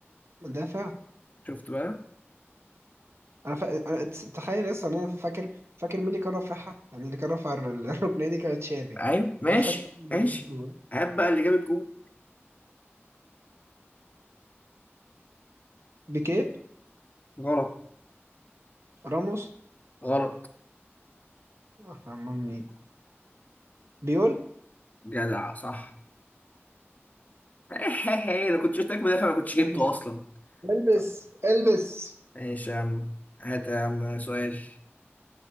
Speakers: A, on the right; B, on the left.
A: مدافع
B: شفت بقى
A: أنا, فا... أنا ت- تخيل لسه إن أنا فاكر فاكر مين اللي كان رافعها يعني اللي كان رافع ال- <laughs> الركنية دي كانت تشافي
B: ايوه ماشي
A: أنا مش فاكر مين اللي
B: ماشي
A: جاب الجون
B: هات بقى اللي جاب الجون
A: بيكيه
B: غلط
A: راموس
B: غلط
A: آه، أمال مين بيول
B: جدع صح <laughs> انا كنت شفتك مدافع ما كنتش جبته
A: البس
B: اصلا
A: البس
B: طب
A: البس
B: ماشي يا عم هات يا عم سؤال